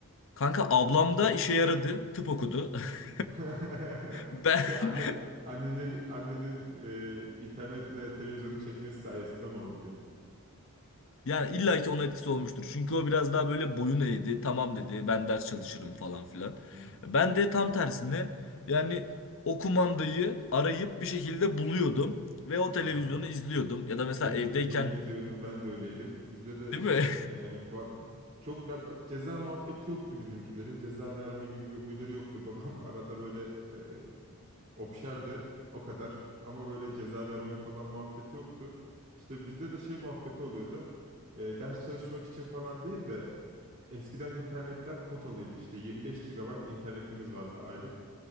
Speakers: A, on the left (about 60°); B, on the right (about 35°).
A: Kanka ablam da işe yaradı. Tıp okudu. <laughs>
B: <laughs>
A: Ben
B: Şey anne annenin annenin e, internetle televizyonu çekmesi sayesinde mi oldu diyorsun?
A: Yani illa ki onun etkisi olmuştur. Çünkü o biraz daha böyle boyun eğdi. Tamam dedi ben ders çalışırım falan filan.
B: Hı hı.
A: Ben de tam tersine yani o kumandayı arayıp bir şekilde buluyordum. Ve o televizyonu
B: Ya kanka
A: izliyordum. Ya da mesela
B: Ye-
A: evdeyken
B: yemin ediyorum ben de öyleydim. Bizde de
A: değil
B: şey
A: mi?
B: e, bak çok da ba- ceza muhabbeti yoktu bizimkilerin. Ceza verme gibi bir huyları yoktu. <laughs> Babam arada böyle e, okşardı o kadar ama böyle ceza verme falan muhabbeti yoktu. İşte bizde de şey muhabbeti oluyordu. E, ders çalışmak için falan değil de eskiden internetler kotalıydı işte 25 gigabayt internetimiz vardı aylık.